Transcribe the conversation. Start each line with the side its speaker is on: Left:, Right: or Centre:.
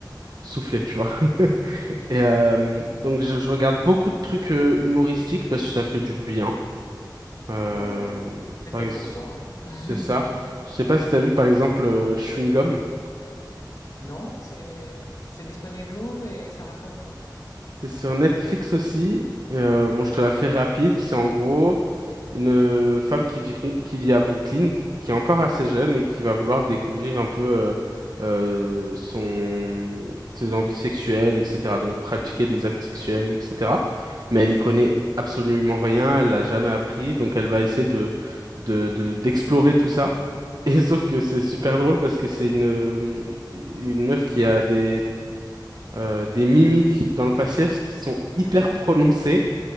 Right: souffler, tu vois. <laughs> Et euh, donc je, je regarde beaucoup de trucs euh, humoristiques parce que ça fait du bien. Euh,
Left: Bah voilà. C'est
Right: par
Left: fait
Right: ex-
Left: pour ça. <laughs>
Right: c'est ça. Je sais pas si t'as vu par exemple euh, Chewing Gum.
Left: Non, c'est c'est disponible où et ça raconte quoi?
Right: C'est sur Netflix aussi. Euh, bon, je te la fais rapide. C'est en gros, Une euh, femme qui vit, qui vit à Brooklyn, qui est encore assez jeune
Left: Ouais.
Right: et qui va vouloir découvrir un peu euh, euh, son, ses envies sexuelles, etc. Donc pratiquer des actes sexuels, etc. Mais elle y connaît absolument rien, elle l'a jamais appris, donc elle va essayer de, de, de- d'explorer tout ça. Et <laughs> sauf que c'est super drôle parce que c'est une, euh, une meuf qui a des, euh, des mimiques dans le faciès qui sont hyper
Left: Mhm.
Right: prononcées